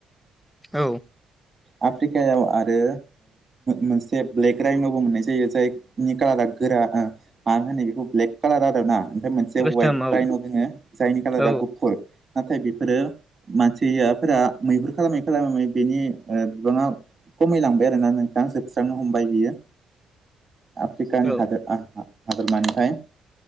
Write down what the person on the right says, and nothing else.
आफ्रिकायाव आरो मोनसे ब्लेक राइनावबो मोननाय जायो जाय कालारा गोरा मानो होनो बेखौ ब्लेक कालार आरो ना ओमफ्राय मोन जे
हवाइट
राइन' दोङो जायनि कालारा
गुफुर नाथाय बेफोरो मानसियाफोरा मैहुर खालामै खालामै बेनि बिबाङा खमायलांबाय आरो ना नोंथां सोबस्रांनो हमबाय बियो। आफ्रिकानि
हादोर हादोरमानिफ्राय